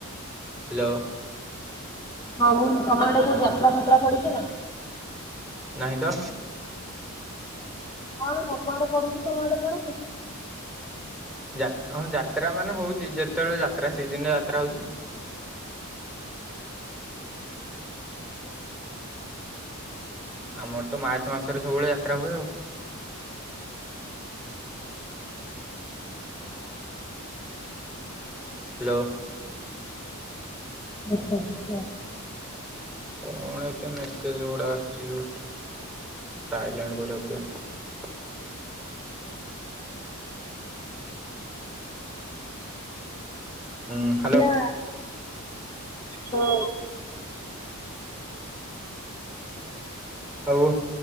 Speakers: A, in the centre; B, on the left (about 20°).
A: ହାଲୋ।
B: ହଁ ମୁଁ ତମ ଆଡେ କୋଉ ଯାତ୍ରା ଫାତ୍ରା ପଡିଛି ନା।
A: ନାହିଁ ତ।
B: କଣ ସବୁଆଡେ ପଡୁଚି ତମ ଆଡେ ପଡୁନି।
A: ଯା ହଁ ଯାତ୍ରା ମାନେ ହଉଚି ଯେତେବେଳେ ଯାତ୍ରା ସିଜିନରେ ଯାତ୍ରା ହଉଚି ଆମର ତ ମାର୍ଚ୍ଚ ମାସରେ ସବୁବେଳେ ଯାତ୍ରା ହୁଏ ଆଉ। ହାଲୋ।
B: ଉଁ ହୁଁ ଉପଯୁକ୍ତ।
A: କଣ ଏତେ ମେସେଜ ଗୁଡା ଆସୁଚି। ହୁ ସାଇଲେନଟେ କରିବାକୁ ପଡିବ। ହୁଁ ହ୍ୟାଲୋ
B: ନା। ହଁ।
A: ଆଉ